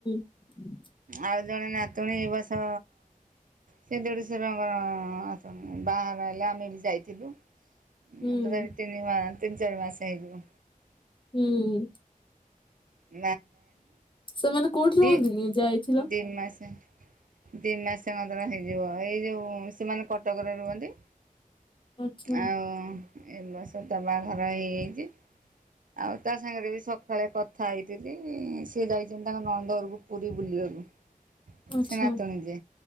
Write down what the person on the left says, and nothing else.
<inaudible>
ହୁଁ
ହୁଁ।
ସେମାନେ କୋଉଠି ରୁହନ୍ତି
କି ଯାଇଥିଲ?
ଆଚ୍ଛା
ଆଚ୍ଛା